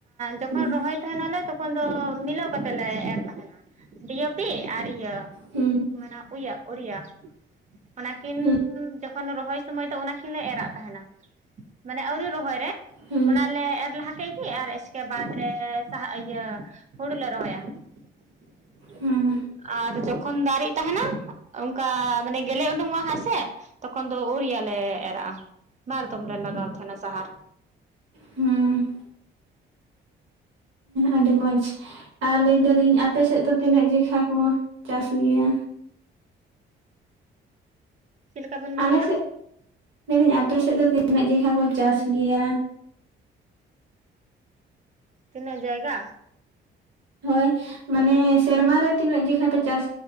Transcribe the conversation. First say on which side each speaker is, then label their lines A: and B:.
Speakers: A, on the right (about 35°); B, on the right (about 80°).
A: ᱡᱚᱠᱷᱚᱱ
B: ᱦᱩᱸ
A: ᱨᱚᱦᱚᱭ ᱛᱟᱦᱮᱱᱟᱞᱮ ᱛᱚᱠᱷᱚᱱ ᱫᱚ ᱢᱤᱞᱟᱹᱣ ᱠᱚᱛᱮ ᱞᱮ ᱮᱨ ᱛᱟᱦᱮᱱᱟ ᱾ ᱰᱤ ᱭᱮ ᱯᱤ ᱟᱨ ᱤᱭᱟᱹ
B: ᱦᱩᱸ᱾
A: ᱪᱮᱫ ᱢᱮᱱᱟ ᱩ ᱭᱟ ᱩᱨᱤᱭᱟ <inaudible> ᱚᱱᱟᱠᱤᱱ
B: ᱦᱩᱸ
A: ᱡᱚᱠᱷᱚᱱ ᱨᱚᱦᱚᱭ ᱥᱚᱢᱚᱭ ᱫᱚ ᱚᱱᱟ ᱟᱱᱟᱠᱤᱱ ᱞᱮ ᱮᱨᱟᱜ ᱛᱟᱦᱮᱱᱟ᱾ ᱢᱟᱱᱮ ᱟᱹᱣᱨᱤ ᱨᱚᱦᱚᱭ ᱨᱮ,
B: ᱦᱩᱸ
A: ᱚᱱᱟᱞᱮ ᱮᱨ ᱞᱟᱦᱟ ᱠᱮᱫ ᱜᱮ ᱟᱨ ᱩᱥᱠᱮ ᱵᱟᱫᱽ ᱨᱮ ᱥᱟᱦᱟ ᱤᱭᱟᱹ ᱦᱩᱲᱩ ᱞᱮ ᱨᱚᱦᱚᱭᱟ᱾ <inaudible>
B: ᱦᱩᱸ
A: ᱟᱨ ᱡᱚᱠᱷᱚᱱ ᱫᱟᱨᱮᱜ ᱛᱟᱦᱮᱱᱟ ᱚᱱᱠᱟ ᱢᱟᱱᱮ ᱜᱮᱞᱮ ᱩᱰᱩᱠᱚᱜ-ᱟ ᱦᱟᱜ ᱥᱮ ᱛᱚᱠᱷᱚᱱ ᱫᱚ ᱩᱭᱩ ᱨᱤᱭᱟ ᱞᱮ ᱮᱨᱟᱜ-ᱟ ᱾ ᱵᱟᱨ ᱫᱚᱢ ᱞᱮ ᱞᱟᱜᱟᱣ ᱛᱟᱦᱮᱸᱱᱟ ᱥᱟᱦᱟᱨ᱾
B: ᱦᱩᱸᱻ ᱟᱹᱰᱤ ᱢᱚᱸᱡᱽ ᱟᱨ ᱞᱟᱹᱭ ᱮᱫᱟᱞᱤᱧ ᱟᱯᱮ ᱥᱮᱫ ᱫᱚ ᱛᱤᱱᱟᱹᱜ ᱡᱮᱠᱷᱟᱡ ᱠᱚ ᱪᱟᱥ ᱜᱮᱭᱟ <inaudible>
A: ᱪᱮᱫ ᱞᱮᱠᱟ ᱵᱮᱱ ᱢᱮᱱ
B: ᱟᱞᱮ
A: ᱠᱮᱫᱟ
B: ᱥᱮᱫ <inaudible> ᱞᱟᱹᱭᱫᱟᱹᱧ ᱟᱯᱮ ᱥᱮᱫ ᱫᱚ ᱛᱤᱱᱟᱹᱜ ᱡᱚᱠᱷᱟᱡ ᱠᱚ ᱪᱟᱥ ᱜᱮᱭᱟ?
A: ᱛᱤᱱᱟᱹᱜ ᱡᱟᱭᱜᱟ?
B: ᱦᱳᱭ ᱢᱟᱱᱮ ᱥᱮᱨᱢᱟ ᱨᱮ ᱛᱤᱱᱟᱹᱜ ᱡᱚᱠᱷᱟᱡ ᱯᱮ ᱪᱟᱥ